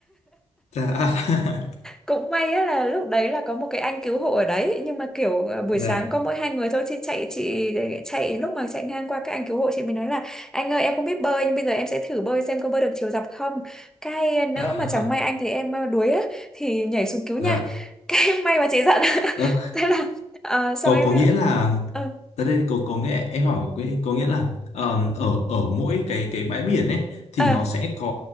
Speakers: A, on the left; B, in the centre.
A: dạ <laughs>
B: cũng may á là lúc đấy là có một cái anh cứu hộ ở đấy nhưng mà kiểu ờ, buổi
A: dạ
B: sáng có mỗi hai người thôi chị chạy chị ờ, chạy lúc mà chạy ngang qua các anh cứu hộ chị mới nói là anh ơi em không biết bơi nhưng bây giờ em sẽ thử bơi xem có bơi được chiều dọc không cái nữa
A: <laughs>
B: mà chẳng may anh thấy em ờ, đuối á thì nhảy xuống cứu nha
A: dạ
B: <laughs> cái may mà chị giận
A: Ờ,
B: <laughs> thế là ờ, xong
A: có
B: em
A: có
B: biết
A: nghĩa là
B: ờ
A: tới đây có có nghĩa em hỏi quý- có nghĩa là ờm, ở ở mỗi cái cái bãi biển ấy thì
B: ờ
A: nó sẽ có